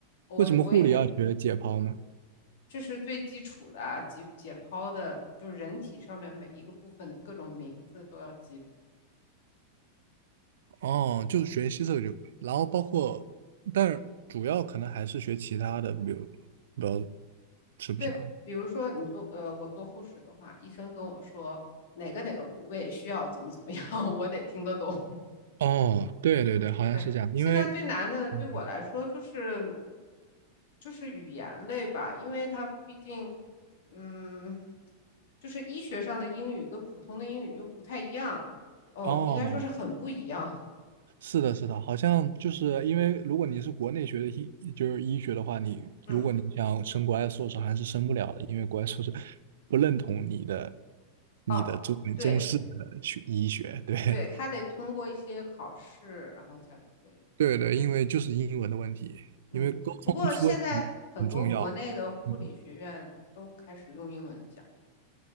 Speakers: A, on the left; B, on the right.
A: 我我已经
B: 为什么护理要学解剖呢？
A: 这是最基础的啊，解解剖的，就是人体上面每一个部分的各种名字都要记住。
B: 哦，就学习这个就，然后包括，但是主要可能还是学其他的，比如，比如，是不是啊？
A: 对，比如说你做呃，我做护士的话，医生跟我说哪个哪个部位需要怎么怎么样，<laughs> 我得听得懂。
B: 哦，对对对，好像是这样，
A: 对，现在最难的对我来说就是
B: 因为，嗯，
A: 就是语言类吧，因为它毕竟，嗯，就是医学上的英语跟普通的英语又不太一样，哦，
B: 哦，
A: 应该说是很不一样，
B: 是的，是的，好像就是因为如果你是国内学的医，就是医学的话，你如果你想升国外硕士，
A: <laughs> 嗯，
B: 还是升不了的，因为国外硕士不认同你的你的中中式的学医学，
A: 哦，对
B: 对 <laughs>
A: 对，他得通过一些考试，然后才可以，
B: 对对，因为就是英文的问题，
A: 嗯，
B: 因为沟通出问题很重要。
A: 不过现在很多国内的护理学院都开始用英文讲，
B: 嗯